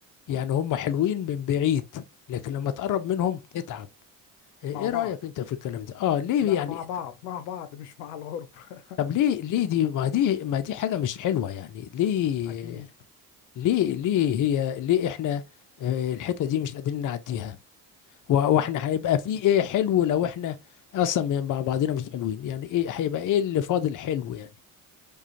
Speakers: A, on the left; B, on the left.
A: يعني هم حلوين من بعيد لكن لما تقرب منهم تتعب ايه
B: مع بعض
A: رأيك انت في الكلام ده اه ليه
B: لا
A: يعني
B: مع بعض مع بعض مش مع الغرب <laughs>
A: طب ليه ليه دي ما دي ما دي حاجة مش حلوة يعني ليه
B: اكيد
A: ليه ليه هي ليه احنا آه، الحتة دي مش قادرين نعديها و- واحنا هيبقى في ايه حلو لو احنا اصلا مع بعضنا مش حلوين يعني ايه هيبقى ايه اللي فاضل حلو يعني